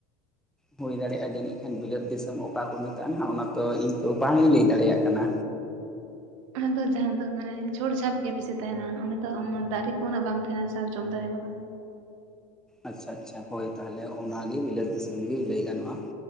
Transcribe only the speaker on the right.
ᱚᱸᱰᱮ ᱫᱚ ᱡᱟᱦᱟᱸ ᱫᱚ ᱢᱟᱱᱮ ᱪᱷᱩᱲ ᱡᱷᱟᱯ ᱜᱮ ᱵᱤᱥᱤ ᱛᱟᱦᱮᱱᱟ ᱚᱸᱰᱮ ᱫᱚ ᱚᱱᱟ ᱫᱟᱨᱮ ᱠᱚ ᱩᱱᱟᱹᱜ ᱵᱟᱝ ᱛᱟᱦᱮᱱᱟ ᱥᱟᱨᱡᱚᱢ ᱫᱟᱨᱮ ᱠᱚᱫᱚ